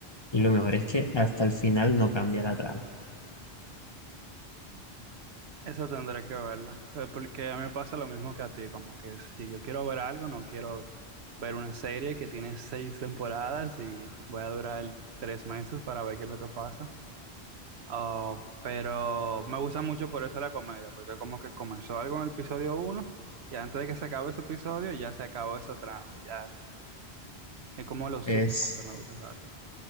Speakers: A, on the left; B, on the right.
A: Y lo mejor es que hasta el final no cambia la trama.
B: Esa tendré que verla, eh, porque a mí me pasa lo mismo que a ti, como que si yo quiero ver algo, no quiero ver una serie que tiene seis temporadas y voy a durar tres meses para ver qué es lo que pasa. Ah, pero me gusta mucho por eso la comedia, porque como que comenzó algo en el episodio uno y antes de que se acabe ese episodio ya se acabó esa trama, ya es como los
A: Es
B: Simpsons que me gusta usar.